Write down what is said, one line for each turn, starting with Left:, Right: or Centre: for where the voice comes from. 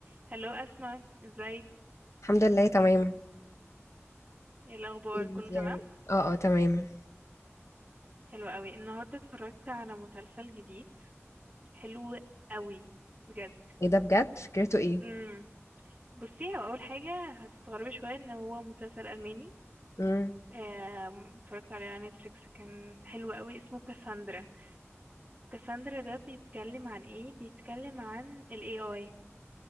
Right: هلو أسماء ازيك
Left: الحمد لله تمام
Right: ايه الأخبار
Left: أكيد
Right: كله تمام
Left: يعني اه اه تمام
Right: حلو قوي النهاردة اتفرجت على مسلسل جديد حلو قوي بجد
Left: ايه ده بجد فكرته ايه
Right: امم بصي هو أول حاجة هتستغربي شوية ان هو مسلسل ألماني
Left: امم
Right: آم، اتفرجت عليه على نتفليكس كان حلو قوي اسمه كاساندرا كاساندرا ده بيتكلم عن ايه بيتكلم عن ال AI